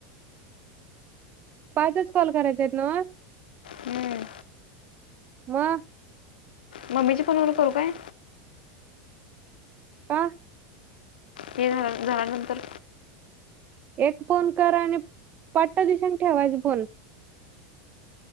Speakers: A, on the right; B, on the left.
A: पाचच कॉल करायच आहेत नव.
B: हम्म.
A: म!
B: मम्मीच्या फोन वर करू काय.
A: का!
B: हे झा झाल्यानंतर.
A: एक फोन कर आणि पट्टा दिशीन ठेवायच फोन.